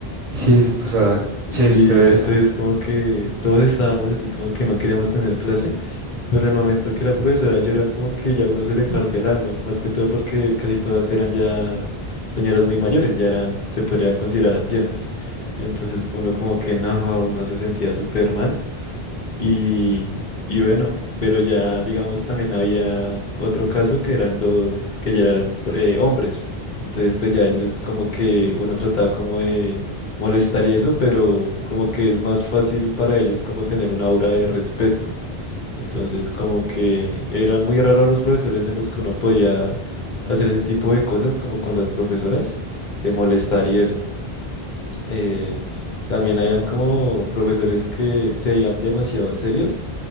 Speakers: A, on the right (about 40°); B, on the left (about 50°).
A: Sí, sí, pues, ah, sí,
B: Sí,
A: esto es.
B: entonces como que todos estábamos así como que no queríamos tener clase. Pero el momento que la profesora llora, como que ya uno se le parte el alma, más que todo porque casi todas eran ya señoras muy mayores, ya eran, se podría considerar ancianas. Entonces uno como que no, uno se sentía súper mal. Y, y bueno, pero ya digamos también había otro caso que eran los que ya eran eh, hombres. Entonces pues ya ellos como que uno trataba como de molestar y eso, pero como que es más fácil para ellos como tener una aura de respeto. Entonces, como que eran muy raros los profesores en los que uno podía hacer ese tipo de cosas, como con las profesoras, de molestar y eso. Eh, también habían como profesores que se veían demasiado serios,